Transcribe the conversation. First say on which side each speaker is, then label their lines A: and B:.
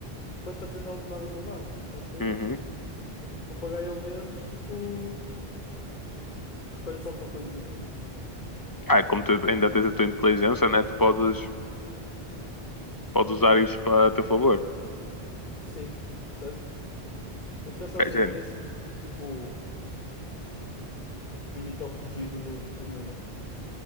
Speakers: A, on the left (about 50°); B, on the left (about 30°).
A: vais estar a dizer nada, nada com nada, basicamente.
B: Uhum.
A: O papagaio ao menos, tipo, repete-se alguma coisinha, né?
B: Ah, como tu ainda tens a tua inteligência, né? Tu podes, podes usar isso para teu favor.
A: Sim, certo? Mas pensa assim,
B: É gênio.
A: não ia ser tipo, imita o rugido do, de um leão.